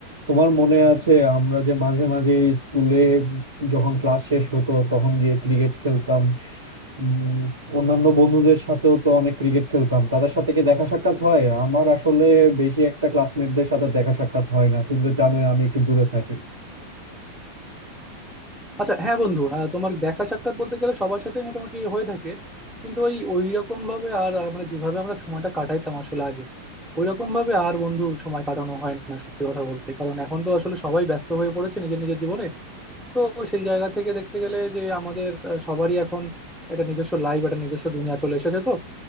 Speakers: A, on the right (about 75°); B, in the centre.
A: তোমার মনে আছে আমরা যে মাঝে মাঝে স্কুলে যখন ক্লাস শেষ হতো তখন গিয়ে ক্রিকেট খেলতাম উম, অন্যান্য বন্ধুদের সাথেও তো অনেক ক্রিকেট খেলতাম তাদের সাথে কি দেখা সাক্ষাৎ হয় আমার আসলে বেশি একটা ক্লাসমেটদের সাথে দেখা সাক্ষাৎ হয় না তুমি তো জানোই আমি একটু দূরে থাকি
B: আচ্ছা হ্যাঁ বন্ধু আহ, তোমার দেখা সাক্ষাৎ বলতে গেলে সবার সাথেই মোটামুটি হয়ে থাকে কিন্তু ওই ওই রকম ভাবে আর আর মানে যেভাবে আমরা সময়টা কাটাইতাম আসলে আগে ওই রকম ভাবে আর বন্ধু সময় কাটানো হয় না সত্যি কথা বলতে কারণ এখন তো আসলে সবাই ব্যস্ত হয়ে পড়েছে নিজের নিজের জীবনে তো সেই জায়গা থেকে দেখতে গেলে যে আমাদের আহ, সবারই এখন একটা নিজস্ব লাইফ একটা নিজস্ব দুনিয়া চলে এসেছে তো